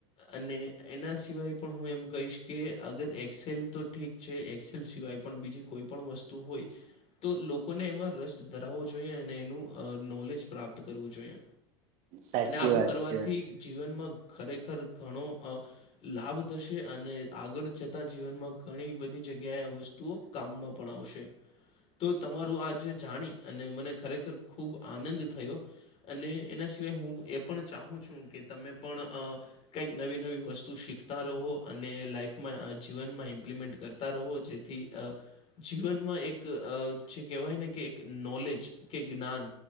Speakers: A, on the left; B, on the right.
A: અને એના સિવાય પણ હું એમ કહીશ, કે અગર એક્સેલ તો ઠીક છે એક્સેલ સિવાય પણ બીજી કોઈપણ વસ્તુ હોય તો લોકોને એમાં રસ ધરાવો જોઈએ અને એનું નોલેજ પ્રાપ્ત કરવું જોઈએ.
B: સાચી
A: અને આવું
B: વાત
A: કરવાથી
B: છે
A: જીવનમાં ખરેખર ઘણો અ લાભ થશે અને આગળ જતાં જીવનમાં ઘણીબધી જગ્યાએ આ વસ્તુઓ કામમાં પણ આવશે. તો તમારું આજે જાણી અને મને ખરેખર ખૂબ આનંદ થયો અને એના સિવાય હું એ પણ ચાહું છું કે, તમે પણ અ કયક નવી નવી વસ્તુ શીખતા રહો અને લાઈફમાં જીવનમાં એપ્લીમેન્ટ ક રતા રહો જેથી અ જીવનમાં એક અ જે કેવાય ને, કે એક નોલેજ કે જ્ઞાન